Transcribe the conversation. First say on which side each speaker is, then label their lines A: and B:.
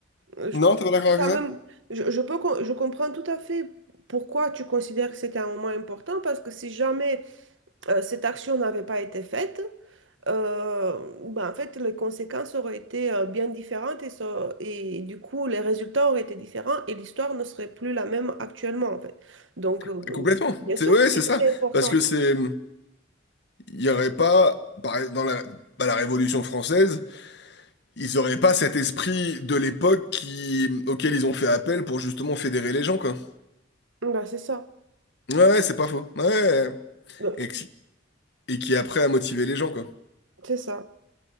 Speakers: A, on the right; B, on the left.
A: Euh,
B: Non,
A: Je trouve
B: t'es
A: que
B: pas d'accord
A: c'est
B: avec
A: quand
B: ça?
A: même... Je, je peux, co- je comprends tout à fait pourquoi tu considères que c'était un moment important, parce que si jamais... euh, cette action n'avait pas été faite, euh, ben, en fait, les conséquences auraient été euh, bien différentes et, ça- et du coup, les résultats auraient été différents et l'histoire ne serait plus la même actuellement, en fait. Donc,
B: Bah,
A: euh,
B: Complètement.
A: bien
B: C'est
A: sûr
B: ouais,
A: que
B: c'est
A: c'est
B: ça.
A: c'est important.
B: Parce que c'est, il y aurait pas, par- dans la, bah, la Révolution française. Ils auraient pas cet esprit de l'époque qui, auquel ils ont fait appel pour justement fédérer les gens, quoi.
A: Ben, c'est ça.
B: Ouais, ouais, c'est pas faux. Ouais, ouais. ouais.
A: Donc,
B: Et, qui- et qui après a motivé les gens, quoi.
A: C'est ça.